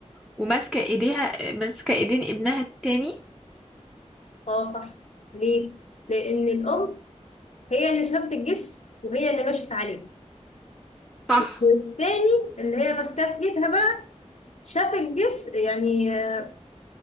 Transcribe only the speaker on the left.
اه صح ليه لان الام هي اللي شافت الجسم وهي اللي مشت عليه
والتاني اللي هي ماسكاه في ايدها بقى شاف الجسم يعني آه،